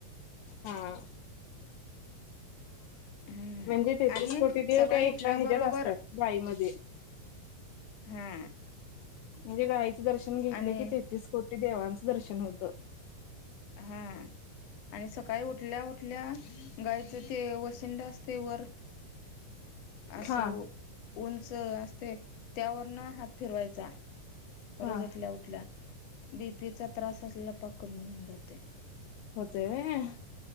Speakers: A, on the left; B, on the left.
A: हा.
B: हम्म
A: म्हणजे तेहतीस
B: आणि
A: कोटी देव
B: सकाळी
A: त्या
B: उठल्याबरोबर
A: एका ह्याच्यात असतात गाईमध्ये.
B: हा.
A: म्हणजे गायीचं दर्शन घेतलं
B: आणि
A: की तेहतीस कोटी देवांचं दर्शन होतं.
B: हा. आणि सकाळी उठल्या उठल्या गायीच ते वसिंड असतंय वर असं
A: हा
B: उंच असतंय त्यावरन हात फिरवायचा
A: हा
B: रोज उठल्या उठल्या बी पी चा त्रास असल्याला पाक कमी होऊन जातोय.
A: होतोय होय.